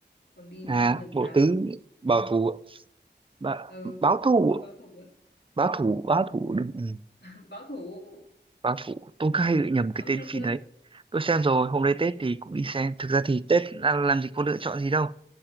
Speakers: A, on the left (about 65°); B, on the right (about 30°).
A: còn đi đi
B: À,
A: nhầm
B: bộ
A: rạp
B: tứ
A: không <laughs>
B: bảo thủ ba,
A: ừ bộ
B: báo thủ
A: tứ báo thủ ấy.
B: báo thủ báo thủ đúng ừ.
A: <laughs> báo thủ
B: báo thủ tôi
A: <laughs>
B: cứ hay bị nhầm cái
A: ông
B: tên
A: xem
B: phim
A: chưa
B: đấy tôi xem rồi hôm nay Tết thì cũng đi xem thực ra thì Tết làm, làm gì có lựa chọn gì đâu